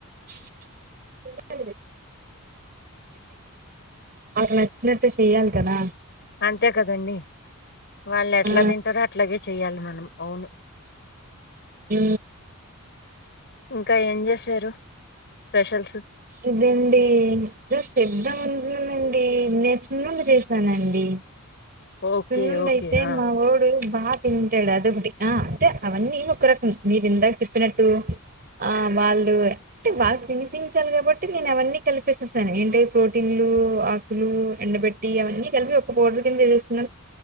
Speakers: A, on the right; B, on the left.
A: <unintelligible> వాళ్లకి నచ్చినట్టు చెయ్యాల్ కదా
B: అంతే కదండి వాళ్ ఎట్లా
A: ఆ!
B: తింటారో అట్లాగే చెయాలి మనం అవును
A: ఉ
B: ఇంకా ఏం చేశారు స్పెషల్స్
A: ఇదండి జ చెద్దామ్ అనుకున్నానండి నేన్ సుల్లుండలు చేశానండి <unintelligible>
B: ఓకే
A: సుల్లుండయితే
B: ఓకే ఆ,
A: మా ఓడు బాగా తింటాడు అదొకటి ఆ అంటే అవన్నీ ఒక్క రకం మీరు ఇందాక చెప్పినట్టు ఆ వాళ్ళు అంటే వాళ్ళు తినిపించాలి కాబట్టి నేను అవన్నీ కల్పిస్తేస్తాను ఏంట ప్రోటీన్లు ఆకులు ఎండబెట్టి అవన్నీ కలిపి ఒక పౌడర్ కింద వసేస్తున్నాం